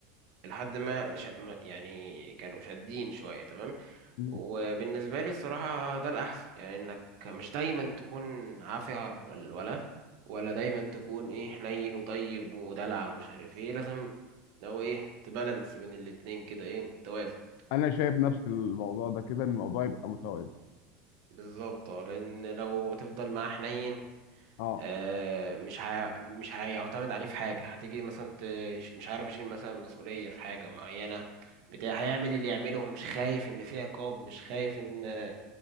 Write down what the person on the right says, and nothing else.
لحد ما شا... ما- يعني كانوا شادين شويه تمام
وبالنسبة لي الصراحة ده الأحسن يعني إنك مش دايما تكون عافية على الولا ولا دايما تكون إيه حنين وطيب ودلع ومش عارف إيه لازم لو إيه تبالانس بين الاتنين كده إيه توازن
بالظبط اه لأن لو تفضل معاه حنين
آه مش هي... مش هيعتمد عليه في حاجة هتيجي مثلا ت... مش عارف يشيل مثلا مسؤولية في حاجة معينة بتاع هيعمل اللي يعمله مش خايف إن في عقاب مش خايف إن آه،